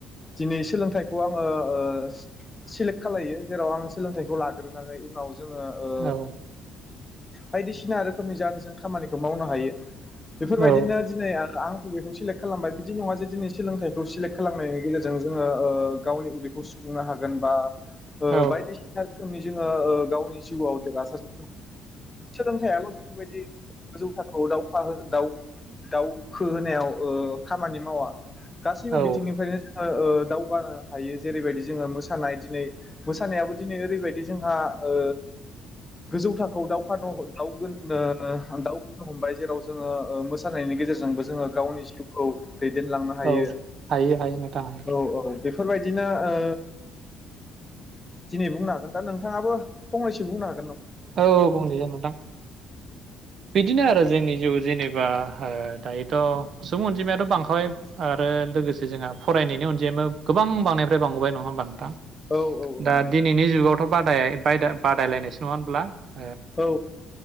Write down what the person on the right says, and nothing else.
औ
औ
औ
औ
औ हायो हायो नोंथां हायो
औ बंनैसो नोंथां बिदिनो आरो जोंनि जिउ जेनेबा ओ दायोथ सुबुं अनजिमायाथ बांखाबाय आरो लोगोसे जोंहा फरायनायनि अनजिमायाबो गोबां बांनायनिफ्राय बांबोबाय नङा होमबा नोंथां?
दा
दिनैनि जुगाव थ बादाय-बायदा-बादायलायनायसो नङा <inaudible>